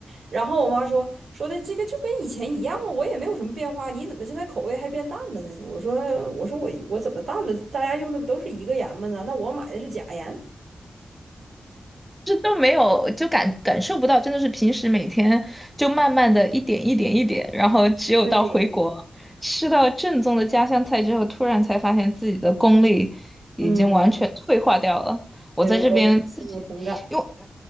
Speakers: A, on the right (about 80°); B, in the centre.
A: 然后我妈说说的这个就跟以前一样啊，我也没有什么变化，你怎么现在口味还变淡了呢？我说我说我我怎么淡了？大家用的不都是一个盐吗呢？那我买的是假盐。
B: 这都没有，就感感受不到，真的是平时每天就慢慢的一点一点一点，然后只有到回国
A: 对，
B: 吃到正宗的家乡菜之后，突然才发现自己的功力已经完全退化掉了。
A: 嗯，
B: 我在这边自己，
A: 对，我深有同感。
B: 因为